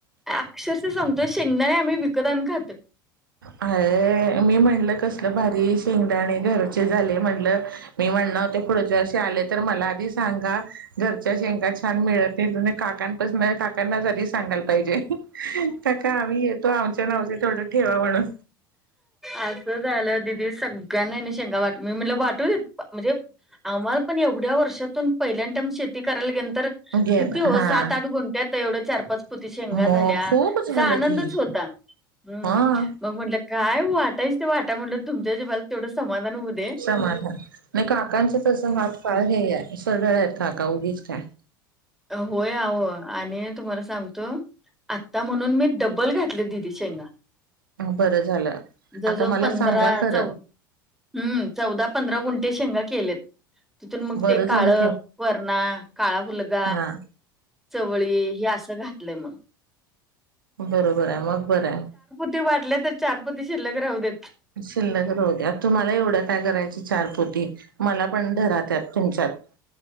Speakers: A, in the centre; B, on the right.
A: अक्षरशः सांगतोय शेंगदाने आम्ही विकत आणून खातोय.
B: अय मी म्हणलं कसलं भारी शेंगदाणे घरचे झाले म्हटलं, मी म्हणणार होते पुढच्या वर्षी आले तर मला आधी सांगा घरच्या शेंगा छान मिळतील मी काकांपासन काकांना जरी सांगाय ला पाहिजे काका आम्ही येतो आमच्या नावचे थोडे ठेवा म्हणून
A: असं झालं दिदी सगळ्यांना ह्यांनी शेंगा वाट मी म्हटलं वाटू देत प म्हणजे आम्हाला पण एवढ्या वर्षातून पहिल्यान टाईम शेती करायला गेलंतर
B: घे
A: किती
B: ना हा
A: सात-आठ गुंठ्यात तेवढं चार-पाच पोती शेंगा
B: मग
A: झाल्या
B: खूप
A: असा
B: झालं
A: आनंदच
B: की
A: होता. हम्म
B: हा
A: मग म्हटलं काय वाटायचं ते वाटा म्हटलं. तुमच्या जिवाला तेवढं समाधान होऊ दे.
B: समाधान नाही काकांचं तसं हात फार हे आहे. सढळ आहेत काका उगीच काय
A: होय अहो आणि तुम्हाला सांगतो आत्ता म्हणून मी डबल घातले दिदी शेंगा
B: बरं झालं
A: जवळ
B: आता
A: जवळ
B: मला
A: पंधरा
B: सांगा खरं
A: चौ हम्म चौदा पंधरा गुंठे शेंगा केलेत तिथून मग
B: बरं
A: ते काळं
B: झालं
A: वरणा, काळा फुलग
B: हां.
A: चवळी हे असं घात तलं मग.
B: बरोबर आहे मग बरं आहे.
A: ते वाडले तर चार पोती शिल्लक राहू देत.
B: शिल्लक राहू दे, आणि तुम्हाला एवढं काय करायचे चार म्हणती मला पण धरा त्यात तुमच्यात.